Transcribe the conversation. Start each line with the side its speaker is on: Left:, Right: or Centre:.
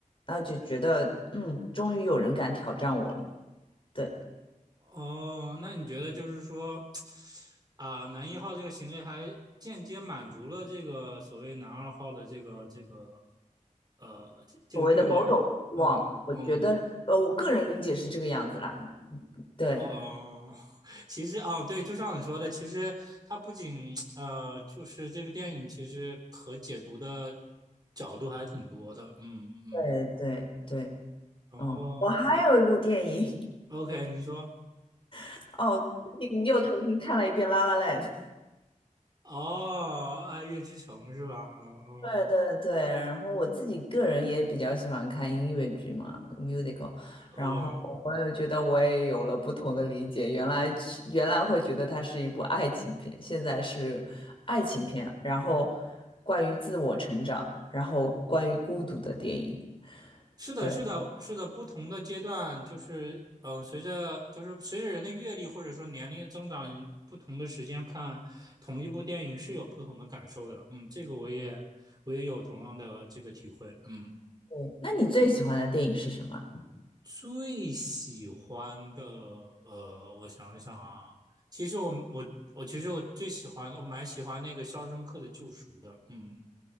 Left: 那就觉得，嗯，终于有人敢挑战我了。对，
Right: 哦，那你觉得就是说，啊，男一号这个行为还间接满足了这个所谓男二号的这个这个呃这这个欲望，
Left: 所谓的某种欲望，
Right: 嗯嗯
Left: 我觉得，呃，我个人理解是这个样子啦。对，
Right: 哦，<laughs> 其实啊，对，就像你说的，其实它不仅呃，就是这个电影其实可解读的角度还挺多的，嗯嗯，
Left: 对，对，对，
Right: 然后
Left: 嗯，我还有一部电影，
Right: OK，你说
Left: <laughs> 哦，最近又重新看了一遍《La La Land》
Right: 哦，《爱乐之城》是吧？哦
Left: 对对对，然后我自己个人也比较喜欢看音乐剧嘛，musical，
Right: 哦。
Left: 然后我也觉得我也有了不同的理解，
Right: 哦
Left: 原来是原来会觉得它是一部爱情片，现在是爱情片，然后关于自我成长，然后关于孤独的电影，
Right: 是的，
Left: 对
Right: 是的，是的，不同的阶段就是，嗯、随着就是随着人的阅历或者说年龄的增长，你不同的时间看同一部电影是有不同的感受的。嗯，这个我也我也有同样的这个体会。嗯，
Left: 对。那你最喜欢的电影是什么？
Right: 最喜欢的，呃，我想想啊，其实我我我其实我最喜欢的，我蛮喜欢那个《肖申克的救赎》的。嗯，